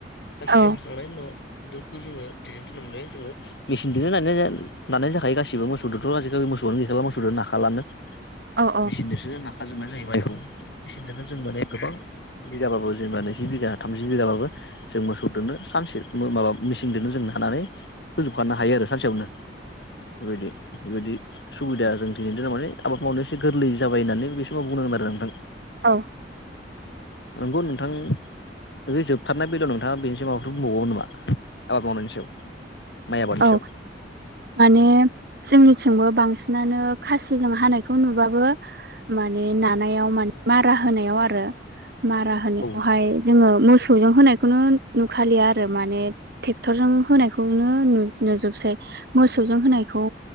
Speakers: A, on the left; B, on the right.
A: खासिजों
B: औ
A: हाखांनायनि उनाव दुखौ जोङो दिनैनि दिनाव माने जोङो मेसिनजोंनो नानाय जा नानाय जाखायो गासिबो मोसौजोंथ' आजिखालि मोसौआनो गैखाला मोसौजों नाखालानो
B: औ
A: मेचिनजोंसो नाखाजोबनाय जायो माइखौ मेचिनजोंनो जों माने गोबां बिगाबाबो जेनेबा नैजि बिगा थामजि बिगाबाबो जों मोसौ दोंनो सानसे मो माबा मेचिनजोंनो जों हानानै फोजोबखानो हायो आरो सानसेयावनो बेबायदि बेबायदि सुबिदा जों दिनैनि दिनाव माने आबाद मावनायाव एसे गोरलै जाबाय होननानै बे समाव बुंनांगोन आरो नोंथां
B: औ
A: नंगौ नोंथां बे जोबथारनाय बेलायाव नोंथाङा बेनिसिम माबाफो बुंबावो नामा आबाद मावनायनि सायाव? माइ आबादनि
B: औ
A: सायाव
B: माने जोंनिथिंबो बांसिनानो खासिजों हानायखौ नुबाबो माने नानायाव माने मारा होनायाव आरो मारा होनायावहाय
A: औ
B: जोङो मोसौजों होनायखौनो नुखालिया आरो माने टेक्टरजों होनायखौनो नु नुजोबसै मोसौजों होनायखौ